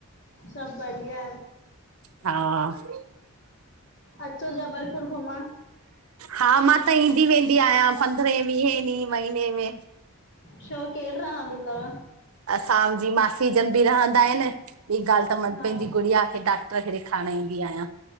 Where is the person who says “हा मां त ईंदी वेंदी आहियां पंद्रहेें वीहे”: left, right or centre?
Right